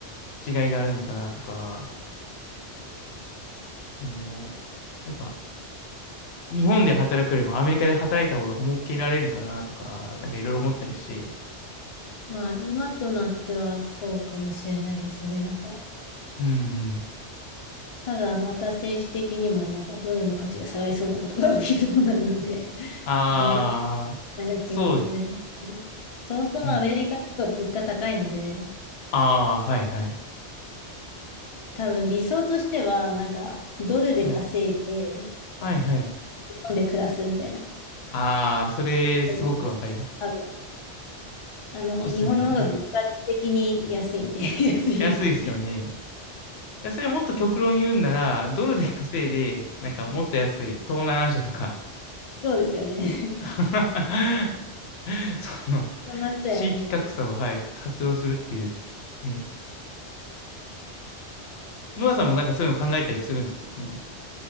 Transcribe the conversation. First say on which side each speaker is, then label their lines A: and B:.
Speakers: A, on the left (about 65°); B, on the left (about 50°).
A: 違いがあるのかなとか、そのやっぱ、日本で働くよりもアメリカで働いた方が儲けられるんかなとか、なんかいろいろ思ったりして。
B: まあ、今となってはそうかもしれないですよね。なんか、
A: うんうん。
B: ただまた政治的にもなんかドルの価値が下がりそうなことが起きそうなので、<laughs>
A: ああ、
B: ね、どうな気もするし、
A: そうです。
B: そもそもアメリカは物価高いので、
A: うん。ああ、はいはい。
B: 多分理想としては、なんか、ドルで稼いで、
A: はい。はいはい。
B: 本で暮らすみたいな。
A: ああ、それ、すごくわかります。
B: 大丈夫です多分。あの、
A: そうですね。
B: 日本の方が物価的に安いんで、
A: はい。
B: <laughs> 安いんで。
A: 安いですよね。や、それもっと極論言うんなら、ドルで稼いで、なんかもっと安い東南アジアとか、
B: そうですよね。<laughs>
A: <laughs> その、
B: そうなっちゃいますよね。
A: 地域格差を、はい、活用するっていう、ね。ムラさんもなんかそういうの考えたりするんですかその、